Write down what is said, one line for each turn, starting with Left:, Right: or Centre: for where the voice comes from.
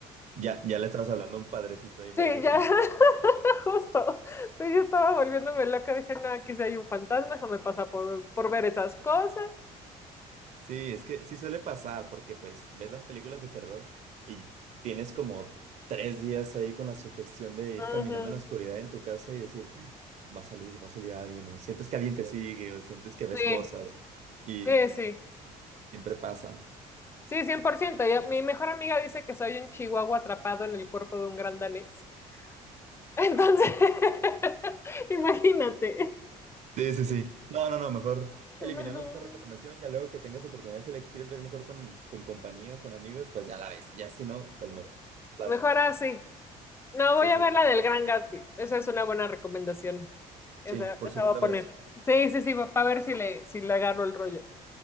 Right: Ya, ya le estabas hablando a un padrecito ahí para
Left: Sí,
Right: que
Left: ya,
Right: te ayude.
Left: <laughs> justo. Sí, yo estaba volviéndome loca. Dije, no, aquí sí hay un fantasma, eso me pasa por, por ver esas cosas.
Right: Sí, es que sí suele pasar, porque pues ves las películas de terror y tienes como tres días ahí con la sugestión de ir caminando
Left: Ujú.
Right: en la oscuridad en tu casa y decir, "¡Ah! va a salir, va a salir alguien, o sientes que alguien te sigue, o sientes que ves
Left: Sí,
Right: cosas, y
Left: sí, sí.
Right: siempre pasa.
Left: Sí, 100%. Ya- mi mejor amiga dice que soy un chihuahua atrapado en el cuerpo de un gran danés. Entonces, <laughs> imagínate.
Right: Sí, sí, sí. No, no, no, mejor eliminemos
Left: Mejor,
Right: esa recomendación, ya luego que tengas oportunidad, si la quieres ver mejor con, con compañía, con amigos, pues ya la ves, ya si no, pues mejor. las-
Left: Mejor así. No,
Right: Sí,
Left: voy a
Right: sí,
Left: ver la del Gran Gatsby. Esa es una buena recomendación. Esa,
Right: sí, por
Left: esa
Right: segunda
Left: va a poner.
Right: vez.
Left: Sí, sí, sí, va a ver si le, si le agarro el rollo.